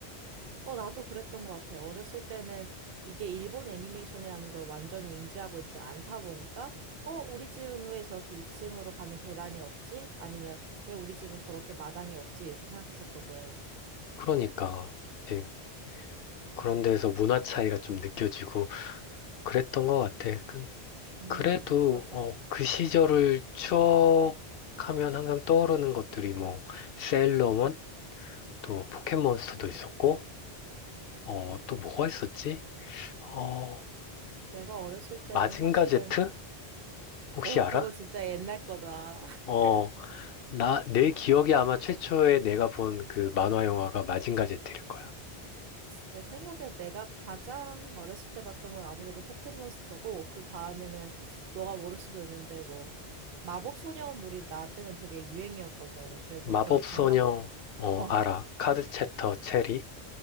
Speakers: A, on the right; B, on the left.
A: 어, 나도 그랬던 것 같아. 어렸을 때는 이게 일본 애니메이션이라는 걸 완전히 인지하고 있지 않다 보니까, 어, 우리 집은 왜 저렇게 2층으로 가는 계단이 없지? 아니면 왜 우리 집은 저렇게 마당이 없지? 이렇게 생각했었거든.
B: 그러니까, 그치. 그런 데서 문화 차이가 좀 느껴지고 그랬던 것 같아. 그,
A: 음,
B: 그래도,
A: 맞아.
B: 어, 그 시절을 추억하면 항상 떠오르는 것들이 뭐, 세일러문, 또 포켓몬스터도 있었고, 어, 또 뭐가 있었지? 어,
A: 내가 어렸을 때는
B: 마징가
A: 사실은
B: 제트? 혹시
A: 오,
B: 알아?
A: 그거 진짜 옛날 거다. <laughs>
B: 어, 나, 내 기억에 아마 최초에 내가 본 그 만화 영화가 마징가 제트일 거야.
A: 내 생각에 내가 가장 어렸을 때 봤던 건 아무래도 포켓몬스터고, 그 다음에는 너가 모를 수도 있는데, 뭐, 마법 소녀물이 나 때는 되게 유행이었거든. 그래서
B: 마법소녀,
A: 그런 장난,
B: 어,
A: 어,
B: 알아. 카드 챕터 체리.